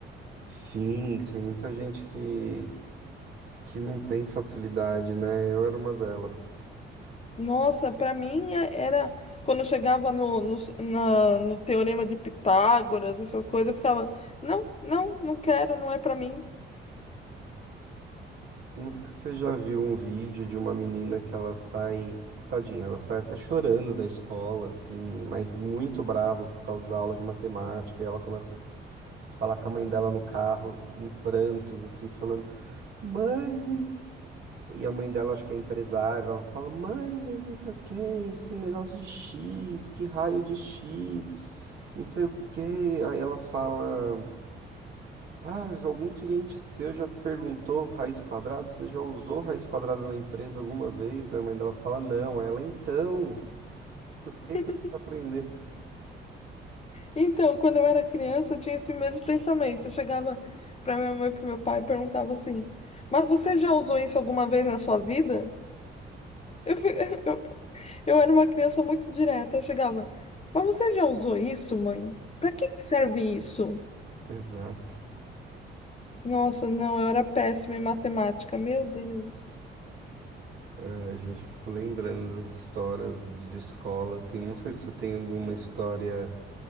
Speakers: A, on the right; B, on the left.
A: Sim, tem muita gente que, que não tem facilidade, né? Eu era uma delas.
B: Nossa, para mim é- era. Quando eu chegava no, no, na- no Teorema de Pitágoras, essas coisas, eu ficava: não, não, não quero, não é para mim.
A: Não sei se você já viu um vídeo de uma menina que ela sai, tadinha, ela sai até chorando da escola, assim, mas muito brava por causa da aula de matemática, e ela começa a falar com a mãe dela no carro, em prantos, assim, falando: Mãe, mas E a mãe dela, acho que é empresária, ela fala, mãe, mas não sei o que, esse negócio de X, que raio de X, não sei o que. Aí ela fala, ah, algum cliente seu já perguntou raiz quadrada? Você já usou raiz quadrada na empresa alguma vez? Aí A mãe dela fala, não. Ela, então, por
B: <laughs>
A: que que eu tenho que aprender?
B: Então, quando eu era criança, eu tinha esse mesmo pensamento. Eu chegava para minha mãe e para meu pai e perguntava assim: Mas você já usou isso alguma vez na sua vida? Eu, fi- <laughs> Eu era uma criança muito direta. Eu chegava, mas você já usou isso, mãe? Pra que que serve isso?
A: <laughs> Exato.
B: Nossa, não, eu era péssima em matemática, meu Deus.
A: É, a gente ficou lembrando das histórias de escola, assim, não sei se você tem alguma história